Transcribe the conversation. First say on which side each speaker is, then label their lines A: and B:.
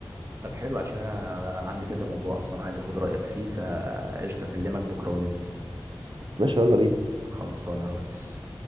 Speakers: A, on the right; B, on the right.
A: طب حلو عشان انا عندي كذا موضوع اصلا عايز اخد رايك فيه فقشطه اكلمك بكره وننزل
B: ماشي يلا بينا
A: خلصانه يا ريس